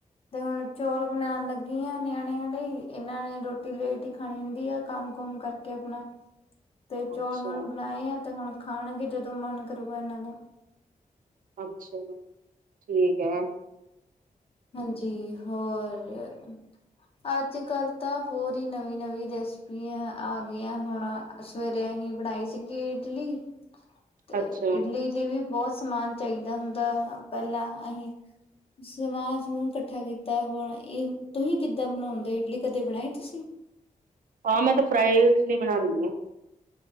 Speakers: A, on the left (about 45°); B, on the right (about 80°).
A: ਤੇ ਹੁਣ ਚੌਲ ਬਣਾਉਣ ਲੱਗੀ ਆ, ਨਿਆਣਿਆਂ ਲਈ, ਇਹਨਾਂ ਨੇ ਰੋਟੀ ਲੇਟ ਹੀ ਖਾਣੀ ਹੁੰਦੀ ਆ। ਕੰਮ ਕੁਮ ਕਰਕੇ, ਆਪਣਾ ਤੇ ਚੌਲ
B: ਅੱਛਾ
A: ਹੁਣ ਬਣਾਏ ਆ, ਤੇ ਹੁਣ ਖਾਣਗੇ ਜਦੋਂ ਮਨ ਕਰੂਗਾ ਇਹਨਾਂ ਦਾ।
B: ਅੱਛਾ ਜੀ, ਠੀਕ ਏ।
A: ਹਾਂਜੀ ਹੋਰ ਅੱਜ ਕੱਲ੍ਹ ਤਾਂ ਹੋਰ ਹੀ, ਨਵੀਂ ਨਵੀਂ ਰੈਸਪੀਆਂ ਆ ਗਈਆਂ ਹੁਣਾ ਸਵੇਰੇ ਅਸੀਂ ਬਣਾਈ ਸੀਗੀ ਇਡਲੀ, ਤੇ
B: ਅੱਛਾ
A: ਇਡਲੀ ਲਈ ਵੀ ਬਹੁਤ ਸਮਾਨ ਚਾਹੀਦਾ ਹੁੰਦਾ ਪਹਿਲਾਂ ਅਸੀਂ, ਸਮਾਨ ਨੂੰ ਇਕੱਠਾ ਕੀਤਾ, ਹੁਣ ਇਹ ਤੁਸੀਂ ਕਿੱਦਾਂ ਬਣਾਉਦੇ ਇਡਲੀ ਕਦੇ ਬਣਾਈ ਤੁਸੀਂ?
B: ਆਾਂ ਮੈਂ ਤੇ ਫਰਾਈਲ ਚ ਬਣਾਉਂਦੀ ਹਾਂ।